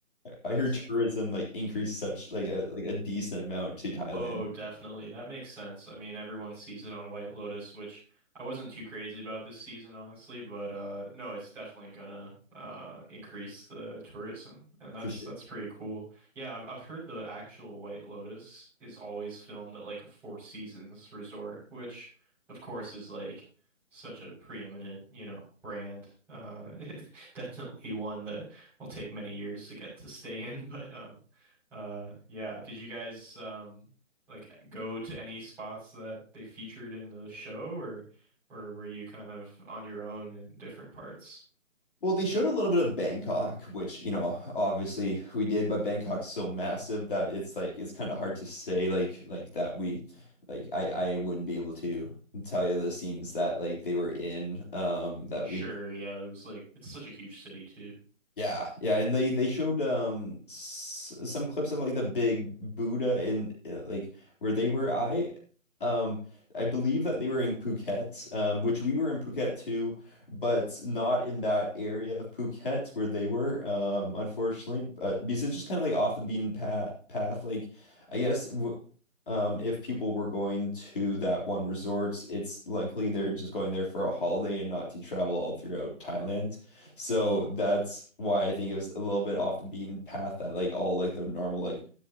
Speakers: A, in the centre; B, on the left.
A: that's
B: I heard tourism like increased such like a like a decent amount to Thailand
A: Oh, definitely. That makes sense. I mean, everyone sees it on White Lotus, which I wasn't too crazy about this season, honestly, but uh no, it's definitely gonna uh increase the tourism. And that's
B: for sure.
A: that's pretty cool. Yeah, I've I've heard the actual White Lotus is always filmed at like a Four Seasons resort, which of course is like such a preeminent, you know, brand. Uh <laughs> it's definitely one that will take many years to get to stay in, <laughs> but um uh yeah, did you guys um like go to any spots that they featured in the show or or were you kind of on your own in different parts?
B: Well, they showed a little bit of Bangkok, which, you know, obviously we did, but Bangkok's so massive that it's like it's kind of hard to say like like that we like I I wouldn't be able to tell you the scenes that like they were in um that
A: Sure,
B: we
A: yeah, there was like it's such a huge city too.
B: yeah, yeah, and they they showed um s some clips of like the big Buddha in uh, like where they were. I um I believe that they were in Phuket, um, which we were in Phuket too, but not in that area of Phuket where they were, um, unfortunately. But because it's just kind of like off the beaten path, path. Like I guess w um if people were going to that one resort, it's likely they're just going there for a holiday and not to travel all throughout Thailand. So that's why I think it was a little bit off the beaten path that like all like the normal like